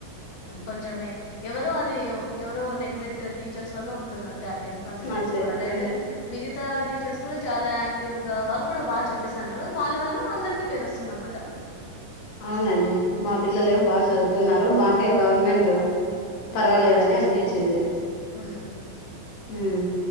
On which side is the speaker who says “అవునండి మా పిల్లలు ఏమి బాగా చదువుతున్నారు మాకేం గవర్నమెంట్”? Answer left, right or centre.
Left